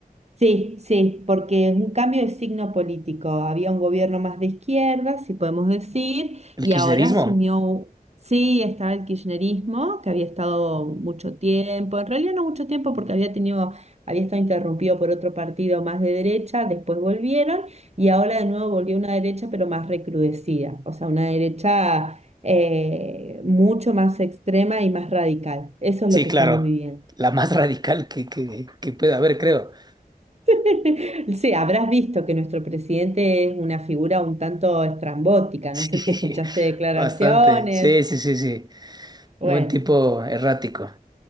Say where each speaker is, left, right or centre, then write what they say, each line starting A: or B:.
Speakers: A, on the right (about 45°); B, on the right (about 25°).
A: Sí, sí, porque es un cambio de signo político. Había un gobierno más de izquierda, si podemos decir,
B: El
A: y
B: kirchnerismo.
A: ahora asumió, sí, estaba el kirchnerismo, que había estado mucho tiempo, en realidad no mucho tiempo porque había tenido, había estado interrumpido por otro partido más de derecha, después volvieron, y ahora de nuevo volvió una derecha, pero más recrudecida, o sea, una derecha eh, mucho más extrema y más radical. Eso es
B: Sí,
A: lo que
B: claro.
A: estamos viviendo.
B: La más <laughs> radical que, que, que pueda haber, creo. <laughs>
A: <laughs> Sí, habrás visto que nuestro presidente es una figura un tanto estrambótica.
B: Sí,
A: No sé si escuchaste declaraciones.
B: bastante. Sí, sí, sí, sí.
A: Bueno,
B: Buen tipo errático.